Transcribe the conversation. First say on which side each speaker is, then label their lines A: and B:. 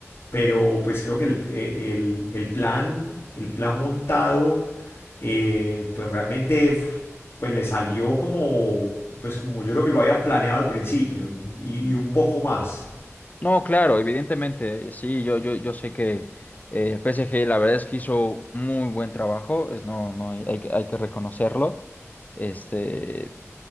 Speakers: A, on the left; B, on the left.
A: pero pues creo que el, eh, el- el plan, el plan montado, eh, pues realmente f- pues le salió como, pues como yo creo que lo habían planeado al principio y, y un poco más.
B: no, claro, evidentemente, sí, yo, yo, yo sé que eh, el PSG la verdad es que hizo muy buen trabajo, es, no, no, hay, hay que hay que reconocerlo, este,